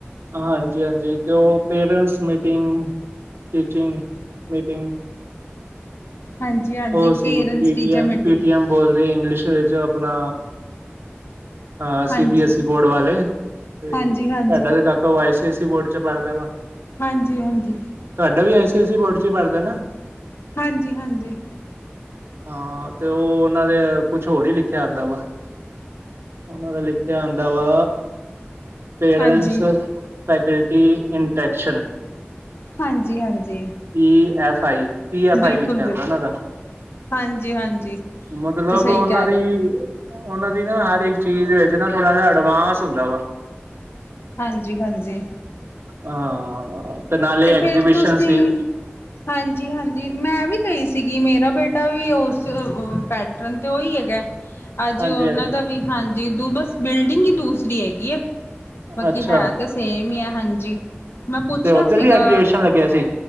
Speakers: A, on the right (about 65°); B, on the left (about 65°).
A: ਹਾਂਜੀ ਹਾਂਜੀ ਅਤੇ ਉਹ ਪੇਰੈਂਟਸ ਮੀਟਿੰਗ ਟੀਚਿੰਗ ਮੀਟਿੰਗ
B: ਹਾਂਜੀ ਹਾਂਜੀ
A: ਉਹ ਸੀ
B: parents
A: PTM
B: teacher meeting
A: PTM ਬੋਲਦੇ ਇੰਗਲਿਸ਼ ਵਿੱਚ ਉਹ ਆਪਣਾ ਹਾਂ ਸੀ
B: ਹਾਂਜੀ
A: ਬੀ ਐੱਸ ਈ ਬੋਰਡ ਵਾਲੇ, ਤੇ
B: ਹਾਂਜੀ ਹਾਂਜੀ
A: ਤੁਹਾਡਾ ਤੇ ਕ ਤੋ ਆਈ ਸੀ ਆਈ ਸੀ ਬੋਰਡ ਚ ਪੜ੍ਹਦਾ ਵਾ
B: ਹਾਂਜੀ, ਹਾਂਜੀ
A: ਤੁਹਾਡਾ ਵੀ ਆਈ ਸੀ ਆਈ ਸੀ ਬੋਰਡ ਚ ਈ ਪੜ੍ਹਦਾ ਨਾ
B: ਹਾਂਜੀ ਹਾਂਜੀ
A: ਹਾਂ ਤੇ ਉਹ ਉਹਨਾਂ ਦੇ ਕੁਛ ਹੋਰ ਈ ਲਿਖਿਆ ਹੁੰਦਾ ਵਾ ਉਹਨਾਂ ਦਾ ਲਿਖਿਆ ਆਉਦਾ ਵਾ ਪੇਰੈਂਟਸ,
B: ਹਾਂਜੀ
A: ਫੈਕਲਟੀ, ਇੰਟੈਕਸ਼ਨ
B: ਹਾਂਜੀ ਹਾਂਜੀ
A: P F I P, F
B: ਬਿਲਕੁਲ
A: I ਲਿਖਿਆ
B: ਬਿਲਕੁਲ
A: ਹੁੰਦਾ ਉਹਨਾਂ ਦਾ
B: ਹਾਂਜੀ ਹਾਂਜੀ
A: ਮਤਲਬ,
B: ਤੇ ਸਹੀ
A: ਉਹਨਾਂ
B: ਕਹਿ
A: ਦੀ
B: ਰਹੇ ਹੋ
A: ਉਹਨਾਂ ਦੀ ਨਾ ਹਰ ਇੱਕ ਚੀਜ਼ ਵਿੱਚ ਨਾ ਥੋੜਾ ਜਿਹਾ ਐਡਵਾਂਸ ਹੁੰਦਾ ਵਾ।
B: ਹਾਂਜੀ ਹਾਂਜੀ
A: ਹਾਂ, ਤੇ ਨਾਲੇ ਐਗਜੀਬਿਸ਼ਨ
B: ਫੇਰ ਤੁਸੀਂ
A: ਸੀ
B: ਹਾਂਜੀ, ਹਾਂਜੀ ਮੈਂ ਵੀ ਗਈ ਸੀਗੀ ਮੇਰਾ ਬੇਟਾ ਵੀ ਉਸ ਪੈਟਰਨ ਤੇ ਉਹੀ ਹੈਗਾ। ਅੱਜ
A: ਹਾਂਜੀ
B: ਉਹਨਾਂ
A: ਹਾਂਜੀ
B: ਦਾ ਵੀ ਹਾਂਜੀ ਦ ਬਸ ਬਿਲਡਿੰਗ ਈ ਦੂਸਰੀ ਹੈਗੀ ਆ। ਬਾਕੀ
A: ਅੱਛਾ
B: ਹੈ ਤਾਂ ਸੇਮ ਈ ਐ, ਹਾਂਜੀ, ਮੈਂ ਪੁੱਛਿਆ
A: ਤੇ ਉੱਧਰ
B: ਸੀਗਾ।
A: ਵੀ ਐਗਜੀਬਿਸ਼ਨ ਲੱਗਿਆ ਸੀ